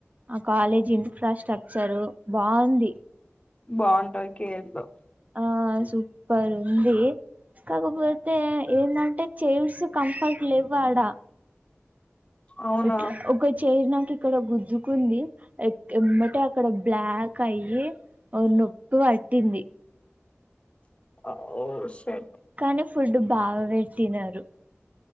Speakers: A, on the right; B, on the left.
A: ఆ కాలేజ్ ఇన్ఫ్రాస్ట్రక్చరు బాగుంది
B: బాగుంటాయి కేర్లో
A: ఆ సూపర్ ఉంది కాకపోతే ఏందంటే చేర్స్ కంఫర్ట్ లెవ్వాడా
B: అవునా
A: ఎట్లా ఒక చైర్ నాకి ఇక్కడ గుద్దు కుంది ఎంబటే అక్కడ బ్లాక్ అయ్యి ఓ నొప్పి పట్టింది
B: ఓ షెట్
A: కానీ ఫుడ్ బాగా పెట్టినారు